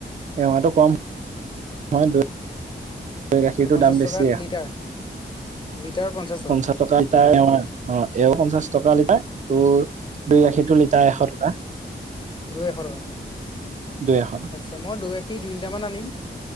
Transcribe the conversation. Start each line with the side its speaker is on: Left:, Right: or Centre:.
Right: এমাহটো কম <unintelligible> দৈ গাখীৰটোৰ
Left: অ', পঞ্চাছ
Right: দাম
Left: টকা
Right: বেছি
Left: লিটাৰ, লিটাৰত পঞ্চাছ টকা?
Right: পঞ্চাশ টকা লিটাৰৰ অ', এশ পঞ্চাশ টকা লিটাৰ তোৰ দৈ
Left: হয়
Right: গাখীৰটোৰ লিটাৰ এশ টকা।
Left: দৈ এশ টকা
Right: দুই এখন
Left: আতচ্ছা। মই দৈ গাখীৰ দুই লিটাৰ মান আনিম।